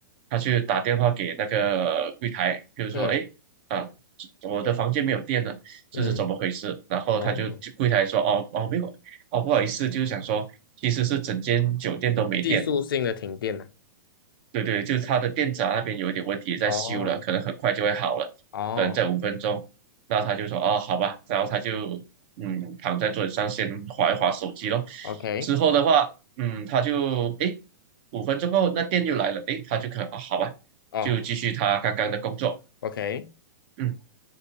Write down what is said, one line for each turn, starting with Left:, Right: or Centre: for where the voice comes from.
Right: 他去打电话给那个柜台，就是说，
Left: 嗯
Right: 哎，啊，我的房间没有电了，这是怎么回事？
Left: 嗯，
Right: 然后他就就柜台说，
Left: 哦。
Right: 哦哦，没有，哦，不好意思，就是想说，其实是整间酒店都没电，
Left: 技术性的停电呢、
Right: 对对，就是它的电闸那边有一点问题，在修了，
Left: 哦
Right: 可能很快就会好了，
Left: 哦
Right: 可能在五分钟。那他就说哦，好吧，然后他就嗯躺在桌子上先划一划手机咯。
Left: ，OK，
Right: 之后的话，嗯，他就诶五分钟后那电又来了，诶，他就可能啊、好吧，
Left: 哦
Right: 就继续他刚刚的工作，
Left: ，OK，
Right: 嗯